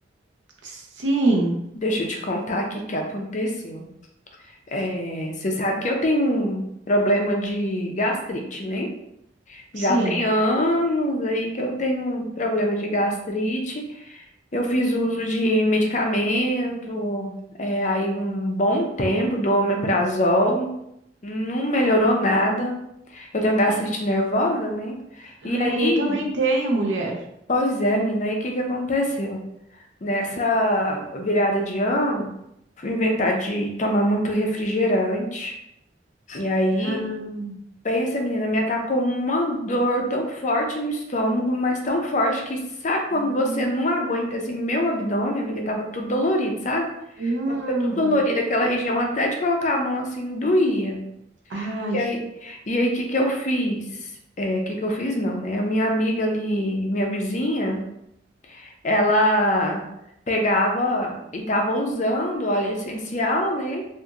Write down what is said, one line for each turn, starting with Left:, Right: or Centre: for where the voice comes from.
Right: Sim,
Left: Deixa eu te contar aqui o que aconteceu. É, você sabe que eu tenho um problema de gastrite, né? Já
Right: sim.
Left: tem anos aí que eu tenho um problema de gastrite. Eu fiz uso de medicamento, é, aí um bom tempo do omeprazol, não melhorou nada. Eu tenho gastrite nervosa, né?
Right: Ah,
Left: E aí,
Right: eu também tenho mulher.
Left: pois é, menina, aí o que que aconteceu? Nessa virada de ano, fui inventar de tomar muito refrigerante. E aí,
Right: Ah,
Left: pensa, menina, me atacou uma dor tão forte no estômago, mas tão forte que sabe quando
Right: hum,
Left: você não aguenta, assim, meu abdômen, amiga, tava tudo dolorido, sabe?
Right: uhum.
Left: Então, Fica tudo dolorido aquela região, até de colocar a mão assim, doía.
Right: Ai,
Left: E aí, e aí, que que eu fiz? É, que que eu fiz? Não, né? A minha amiga ali, minha vizinha, ela pegava e tava usando óleo essencial, né?